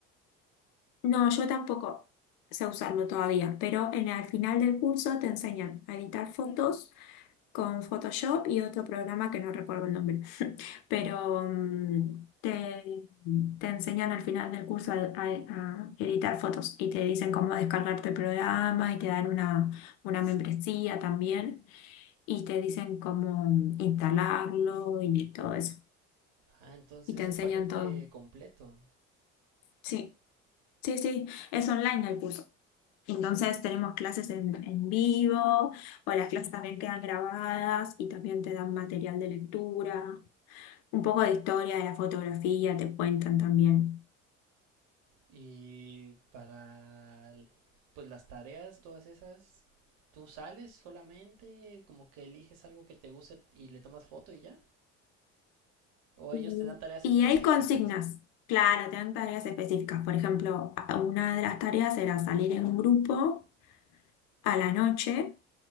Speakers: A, on the left; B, on the right.
A: No, yo tampoco sé usarlo todavía, pero en el final del curso te enseñan a editar fotos con Photoshop y otro programa que no recuerdo el nombre, pero mm, te, te enseñan al final del curso a, a- a editar fotos y te dicen cómo descargarte el programa y te dan una, una membresía también y te dicen cómo instalarlo y todo eso.
B: Ah, entonces
A: Y
B: es
A: te enseñan
B: el paquete
A: todo.
B: completo.
A: Sí, sí, sí, es online el curso. Entonces tenemos clases en, en vivo o las clases también quedan grabadas y también te dan material de lectura, un poco de historia de la fotografía, te cuentan también.
B: Y para pues las tareas, todas esas, tú sales solamente, como que eliges algo que te guste y le tomas foto y ya. O
A: Y
B: ellos te dan tareas
A: y
B: específicas.
A: hay consignas, claro, te dan tareas específicas. Por ejemplo, a- una de las tareas era salir en un grupo a la noche,